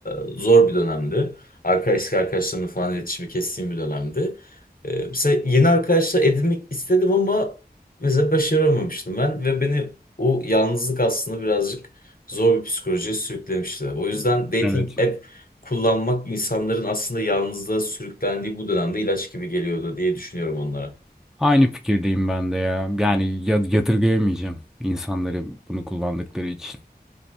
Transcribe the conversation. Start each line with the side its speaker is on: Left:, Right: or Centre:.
Left: zor bir dönemdi. Arkadaşlık arkadaşlarımla falan iletişimi kestiğim bir dönemdi. Ee, mesela yeni arkadaşlar edinmek istedim ama mesela başaramamıştım ben. Ve beni o yalnızlık aslında birazcık zor bir psikolojiye sürüklemişti. O yüzden dating
Centre: Evet.
Left: app kullanmak insanların aslında yalnızlığa sürüklendiği bu dönemde ilaç gibi geliyordu diye düşünüyorum onlara.
Centre: Aynı fikirdeyim ben de ya. Yani ya- yadırgayamayacağım insanları bunu kullandıkları için.